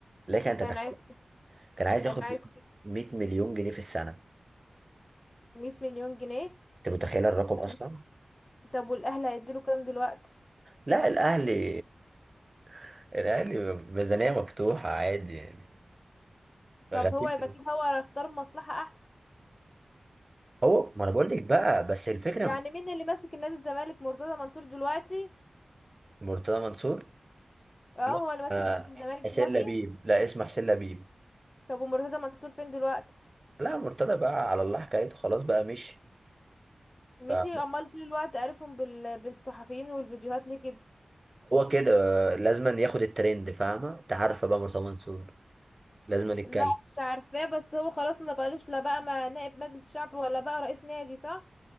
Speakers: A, on the right (about 30°); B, on the left (about 30°).
A: لكن انت
B: كان
A: تخيل
B: عايز
A: كان عايز
B: كان
A: ياخد
B: عايز
A: 100 مليون جنيه في السنه
B: 100 مليون جنيه
A: انت متخيل الرقم
B: طب
A: اصلا
B: طب والاهلي هيديله كام دلوقتي
A: لا الاهلي <laughs> الاهلي ميزانيه مفتوحه عادي يعني غفير
B: طب هو يبقى كده هو اختار مصلحه احسن
A: هو ما انا بقول لك بقى بس الفكره
B: يعني مين اللي ماسك نادي الزمالك مرتضى منصور دلوقتي
A: مرتضى منصور
B: اه
A: لا
B: هو اللي ماسك
A: آه،
B: نادي الزمالك
A: حسين
B: دلوقتي
A: لبيب لا اسمه حسين لبيب
B: طب ومرتضى منصور فين دلوقتي
A: لا مرتضى بقى على الله حكايته خلاص بقى مشي
B: مشي
A: فهو
B: امال طول الوقت عارفهم بال... بالصحفيين والفيديوهات ليه كده
A: كده آه، لازم ياخد الترند فاهمة انت عارفة بقى مرتضى منصور لازم يتكلم
B: لا مش عارفاه بس هو خلاص ما بقالوش لا بقى ما نائب مجلس شعب ولا بقى رئيس نادي صح